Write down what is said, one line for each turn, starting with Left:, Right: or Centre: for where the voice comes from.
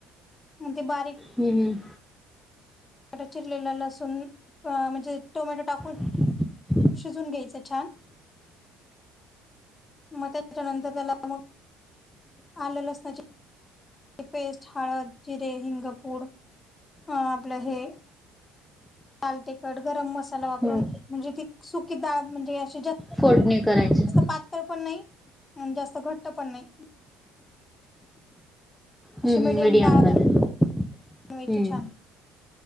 Left: आन ती बारीक
Centre: हम्म हम्म.
Left: टा चिरलेला लसून म्हणजे टोमॅटो टाकून
Centre: हं
Left: शिजून घ्यायचं छान म त्याच्यानंतर त्याला मग आलं, लसनाची पेस्ट, हळद, जिरे, हिंगपूड आं आपलं हे लाल तीखट गरम मसाला वापरून
Centre: हम्म
Left: म्हणजे ती सुकी डाळ म्हणजे अशी जा
Centre: फोडणी करायच्या
Left: पातळ पण नाही आणि जास्त घट्ट पण नाही अशी
Centre: हम्म
Left: मीडियम
Centre: हम्म मिडीयम
Left: डाळ
Centre: राहू द्या
Left: बनवायची
Centre: हम्म.
Left: छान